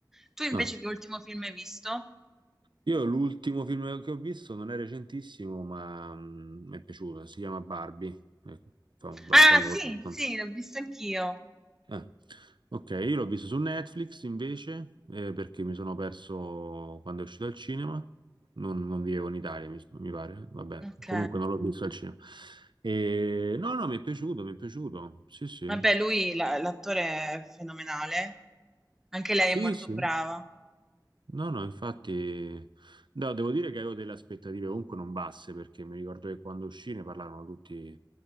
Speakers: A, in the centre; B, on the right.
A: Tu invece
B: Ah.
A: che ultimo film hai visto?
B: Io l'ultimo film che ho visto non è recentissimo, ma mm, mi è piaciuto, si chiama Barbie. Ecco, fam- vai,
A: Ah,
B: famoso.
A: sì, sì, l'ho visto anch'io.
B: Ah, ok, io l'ho visto su Netflix invece, eh, perché mi sono perso quando è uscito al cinema. Non, non vivevo in Italia, mi, mi pare. Vabbè,
A: Ok.
B: comunque non l'ho visto al cinema. E, no, no, mi è piaciuto, mi è piaciuto. Sì, sì.
A: Vabbè, lui, la- l'attore è fenomenale. Anche lei
B: Sì,
A: è molto
B: sì.
A: brava.
B: No, no, infatti, no, devo dire che avevo delle aspettative comunque non basse perché mi ricordo che quando uscì ne parlavano tutti